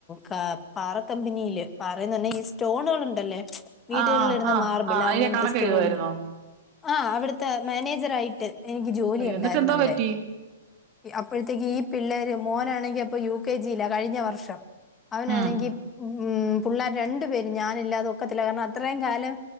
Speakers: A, on the left; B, on the right.
A: കാ പാറ കമ്പനിയില് പാറന്ന് പറഞ്ഞാഈ സ്റ്റോണുക ഉണ്ടല്ലേ വീട്ടുകളിൽ
B: ആഹ്
A: ഇരുന്ന്
B: ആഹ്
A: മാർബിൾ
B: ആഹ് അതിന്റെ
A: അങ്ങനത്തെ
B: കണക്ക്
A: സ്റ്റോണ്
B: എഴുതുവായിരുന്നോ
A: ആ അവിത്തെ മേനേജർ ായിട്ട് എനിക്ക് ജോലി
B: അയ്യോ
A: ഉണ്ടായിരുന്നു
B: എന്നിട്ട് എന്തോ
A: അവിടെ
B: പറ്റി
A: അപ്പോഴത്തേക്ക് ഈ പിള്ളേര് മോനാണെങ്കി അപ്പൊ യു കെ ജി ല്ല കഴിഞ്ഞ വർഷം അവനാണെങ്കി
B: ഉം
A: ഉ പിള്ളേർ രണ്ടു പേരും ഞാനില്ലാതെ ഒക്കത്തില്ല കാരണം അത്രയും കാലം